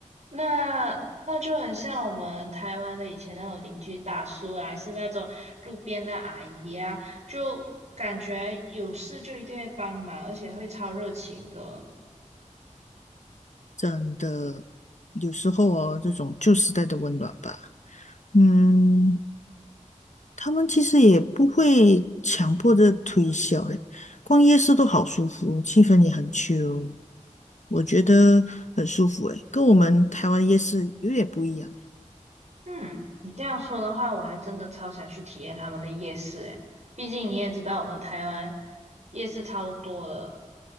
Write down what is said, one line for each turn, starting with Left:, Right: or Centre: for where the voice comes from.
Right: 那那就很像我们台湾的以前那种邻居大叔啊，还是那种路边的阿姨啊，就感觉有事就一定会帮忙，而且会超热情的。
Left: 真的，有时候哦，这种旧时代的温暖吧，嗯，他们其实也不会强迫的推销，诶，逛夜市都好舒服，气氛也很 chill，我觉得很舒服，诶，跟我们台湾夜市有点不一样。
Right: 嗯，你这样说的话，我还真的超想去体验他们的夜市诶，毕竟你也知道我们台湾夜市超多的，